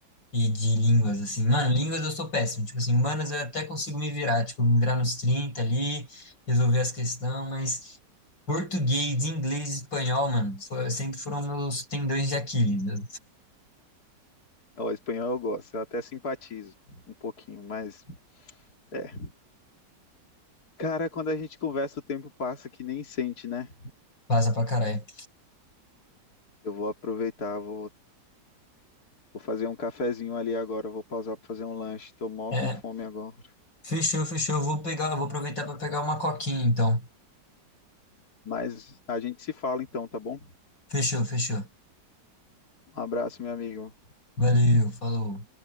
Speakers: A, on the left; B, on the left.
A: E de línguas, assim. Mano, línguas eu sou péssimo. Tipo assim, humanas eu até consigo me virar. Tipo, me virar nos 30 ali, resolver as questões, mas português, inglês e espanhol, mano, foi- sempre foram meus tendões de Aquiles. Eu-
B: o espanhol eu gosto, eu até simpatizo um pouquinho, mas é. Cara, quando a gente conversa, o tempo passa que nem sente, né?
A: Passa pra caralho.
B: Eu vou aproveitar, vou Vou fazer um cafezinho ali agora, vou pausar para fazer um lanche. Tô mó
A: É,
B: com fome agora.
A: fechou, fechou. Eu vou pegar, eu vou aproveitar pra pegar uma coquinha, então.
B: Mas a gente se fala então, tá bom?
A: Fechou, fechou.
B: Um abraço, meu amigo.
A: Valeu, falou.